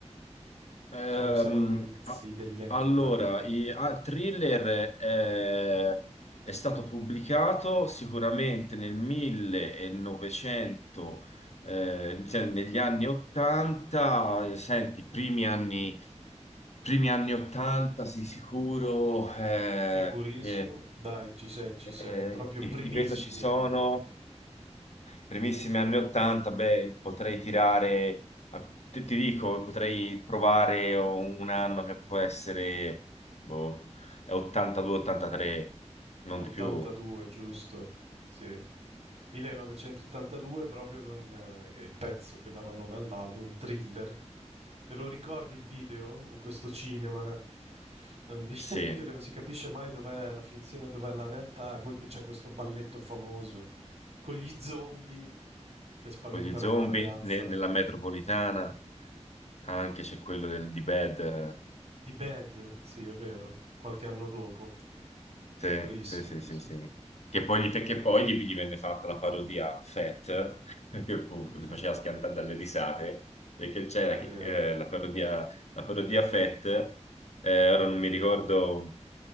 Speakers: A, on the left; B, on the right.
A: Ehm,
B: Diciamo che siamo agli inizi
A: a-
B: degli anni
A: allora,
B: Ottanta.
A: i, ah, Thriller è, è stato pubblicato sicuramente nel 1900, eh, cioè negli anni 80, eh, senti, primi anni, primi anni 80 sì, sicuro, eh,
B: Sicurissimo?
A: che,
B: Dai, ci sei, ci
A: eh,
B: sei, proprio
A: di,
B: primissimi
A: di questo ci sono
B: anni Ottanta.
A: primissimi anni 80, beh, potrei tirare, a- ti, ti dico, potrei provare un anno che può essere, boh, 82-83, non
B: 82,
A: di più,
B: giusto? Sì. 1982 proprio con eh, il pezzo che dava nome all'album, Thriller. Te lo ricordi il video in questo cinema? Un vi- <laughs>
A: sì,
B: un video che non si capisce mai dov'è la finzione e dov'è la realtà, e poi c'è questo balletto famoso con gli zombie che spaventano
A: con gli zombie
B: la ragazza
A: ne- nella metropolitana, anche c'è quello del, di Bad,
B: di Bad, sì, è vero, qualche anno dopo,
A: Sì,
B: verissimo,
A: sì, sì, sì,
B: sì,
A: sì. Che poi gli, che poi gli, gli venne fatta la parodia Fat, <laughs> che fu,
B: <laughs>
A: mi
B: sì.
A: faceva schiantare dalle risate, perché c'era
B: è vero.
A: chi- eh, la parodia, la parodia Fat, eh, ora non mi ricordo